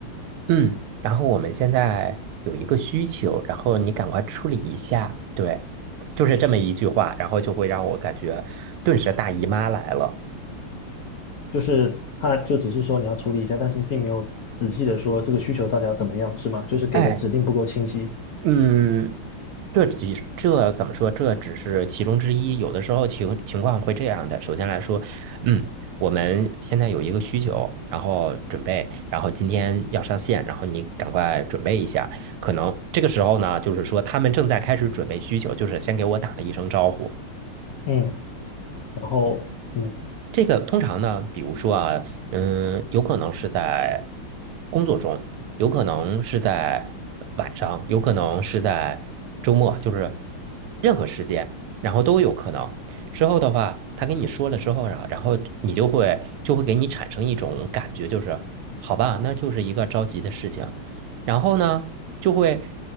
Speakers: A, on the right; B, on the left.
A: 嗯，然后我们现在有一个需求，然后你赶快处理一下，对，就是这么一句话，然后就会让我感觉顿时大姨妈来了。
B: 就是他就只是说你要处理一下，但是并没有仔细的说这个需求到底要怎么样，是吗？就是给的指令不够清晰。
A: 哎，嗯，这几这怎么说？这只是其中之一。有的时候情情况会这样的。首先来说，嗯，我们现在有一个需求，然后准备，然后今天要上线，然后你赶快准备一下。可能这个时候呢，就是说他们正在开始准备需求，就是先给我打了一声招呼。
B: 嗯，然后嗯，
A: 这个通常呢，比如说啊，嗯，有可能是在工作中，有可能是在晚上，有可能是在周末，就是任何时间，然后都有可能。之后的话，他跟你说了之后啊，然后你就会就会给你产生一种感觉，就是好吧，那就是一个着急的事情。然后呢，就会